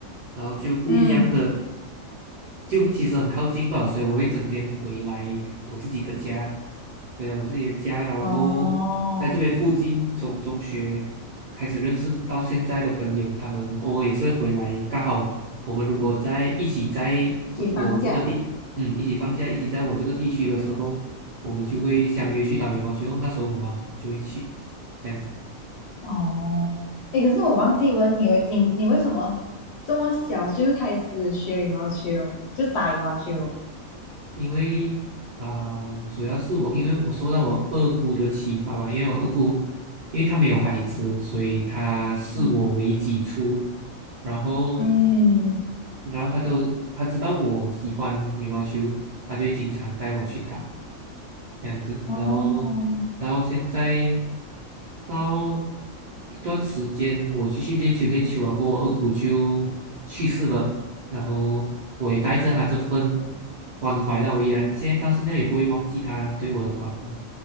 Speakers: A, on the right; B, on the left.
A: 然后就不一样的。
B: 嗯，
A: 就其实很靠近吧，所以我会整天回来我自己的家，回来我自己的家，然后在这边附近，
B: 哦，
A: 从中学开始认识到现在的朋友，他们偶尔也是会回来，刚好我们如果在一起在我我这个地，
B: 一起放假
A: 嗯，一起放假，一起在我这个地区的时候，我们就会相约去打羽毛球，那时候我就会去，这样子。
B: 哦。诶，可是我忘记问你为你你为什么这么小就开始学羽毛球，就打羽毛球？
A: 因为啊、主要是我，因为我受到我二姑的启发吧，因为我二姑，因为她没有孩子，所以她视我为己出，
B: 嗯
A: 然后，
B: 嗯，
A: 然后她都她知道我喜欢羽毛球，她就会经常带我去打，这样子，
B: 哦，
A: 然后然后现在到一段时间，我继续练球练球啊，跟我二姑就去世了，然后我也带着她这份关怀啦，我也现在到现在也不会忘记她对我的关怀。